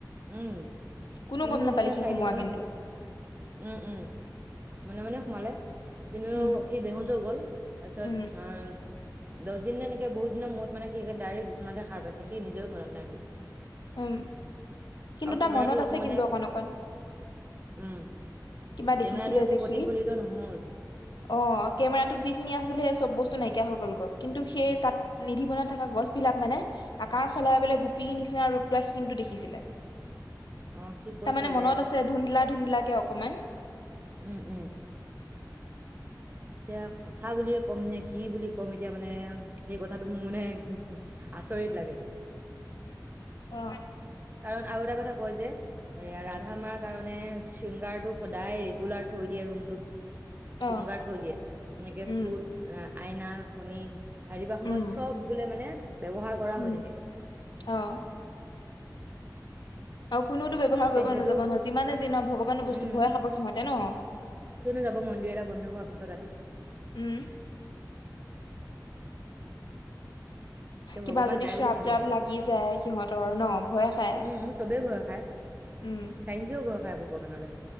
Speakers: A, on the right; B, on the left.
A: উম।
B: কোনো
A: তিনিদিন
B: গম নাপালে
A: নে
B: সি
A: চাৰিদিন
B: সোমোৱা
A: মানৰ
B: কিন্তু
A: পিছ, উম উম মনে মনে সোমালে। তেনেও
B: উম
A: সি বেহুজও হৈ গ'ল তাৰপিছত
B: উম
A: আহ দহ দিননে এনেকে বহুত দিনৰ মূৰত সি মানে এক ডাইৰেক্ট বিচনাতে সাৰ পাইছে সি নিজেও মনত নাই একো।
B: উম কিন্তু
A: আৰু
B: তাৰ
A: কেমেৰাটো
B: মনত
A: একো
B: আছে আছে
A: মানে
B: কিন্তু অকণ অকণ,
A: উম
B: কিবা
A: কেমেৰাটো
B: দেখিছিলে
A: একো
B: যে
A: প্ৰতিফলিত
B: সি।
A: নহল
B: অ কেমেৰাটোত যিখিনি আছিলে সেই চব বস্তু নাইকিয়া হৈ গ'ল গৈ কিন্তু সেই তাত নিধি বনাত থকা গছ বিলাক মানে আকাশলে বোলে গোপি নিচিনা ৰূপ চিন্তু দেখিছিলে।
A: অ সি কৈছে
B: তাৰমানে মনত
A: যে
B: আছে ধুনন্দলা ধুনলাকে অকমান
A: উ উ। এতিয়া সঁচা বুলিয়ে ক'ম নে কি বুলি ক'ম এতিয়া মানে সেই কথাটো মোৰ মানে আচৰিত লাগে।
B: অ।
A: কাৰণ আৰু এটা কথা কয় যে এ ৰাধা মাৰ কাৰণে শৃংগাৰটো সদায় ৰেগুলাৰ থৈ দিয়ে ৰুমটোত,
B: অ
A: শৃংগাৰ থৈ দিয়ে এনেকে
B: উম
A: ফুট অ আইনা-ফনী ৰাতিপুৱা সময়ত
B: উম
A: চব বোলে মানে ব্যৱহাৰ কৰা
B: উম
A: হৈ থাকে
B: অ। আৰু কোনোতো ব্যৱহাৰ
A: তে
B: কৰিব
A: সেইটো
B: নাযাব নহয়, যিমানে যি নহয় ভগৱানৰ বস্তু
A: উম
B: ভয়ে খাব সিহতে ন'।
A: কিয়নো যাব মন্দিৰ এটা বন্ধ হোৱাৰ পিছত ৰাতি।
B: উম।
A: তে
B: কিবা
A: ভগৱান
B: যদি
A: নাই
B: শ্ৰাপ-ত্ৰাপ
A: বুলি কেনেকে কবা
B: লাগি যায় সিহঁতৰ ন' ভয় খাই।
A: উম চবেই ভয় খায়।
B: উম।
A: চাইঞ্চিও ভয় খাই ভগৱানলে।